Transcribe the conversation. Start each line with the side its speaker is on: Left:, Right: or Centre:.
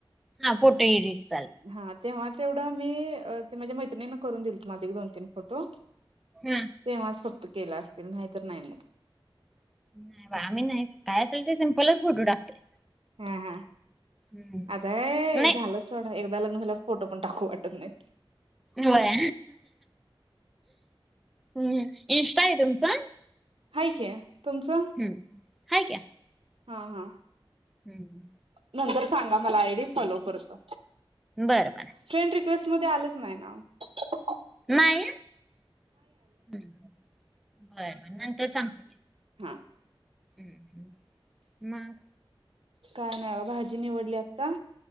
Centre: हा फोटो एडिट चा
Right: हा तेव्हा तेवढं मी ते माझ्या मैत्रिणी करून दिल माझे एक, दोन, तीन फोटो
Centre: हम्म ‌
Right: तेव्हाच फक्त केला असतील नाहीतर नाही मग.
Centre: नाही बा आम्ही नाही काय असेल ते सिम्पलच फोटू टाकतोय.
Right: हा हा
Centre: हम्म
Right: आताय
Centre: नाही
Right: झालं एकदा लग्न झाल्यावर फोटो पण टाकवू वाटत नाही.
Centre: होय, हम्म, इंस्टा आहे तुमचा?
Right: हाय की, तुमचा?
Centre: हम्म, आहे क्या
Right: हा हा.
Centre: हम्म.
Right: नंतर सांगा मला आय डी फॉलो करतो.
Centre: बरं बर.
Right: फ्रेंड रिक्वेस्ट मध्ये आलंच नाहीना हो.
Centre: नाही, बर बर नंतर सांगते.
Right: हा.
Centre: हम्म, हम्म मग.
Right: काय नाही बाबा भाजी निवडली आता.